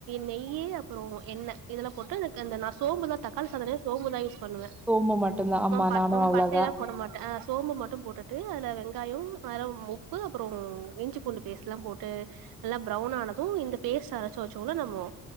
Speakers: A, on the right; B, in the centre.
A: நெய் அப்புறோ எண்ண இதெல்லா போட்டு கு அந்த நாஸ் சோம்புதா தக்காளி சாதனே சோம்புதா யூஸ் பண்ணுவே
B: சோமு மட்டுந்தா ஆமா
A: ம் ப
B: நானு
A: ம்
B: அவ்ளோதா
A: பட்ட எல்லா போ ட மாட்டே அ சோம்பு மட்டு போட்டுட்டு அதுல வெங்காயம் அற உ பு அப்புறோ இஞ்சி பூண்டு பேஸ்ட்லா போட்டு நல்லா ப்ரௌன் ஆனது இந்த பேஸ்ட் அரச்சு வச்சோ ல நம்மோ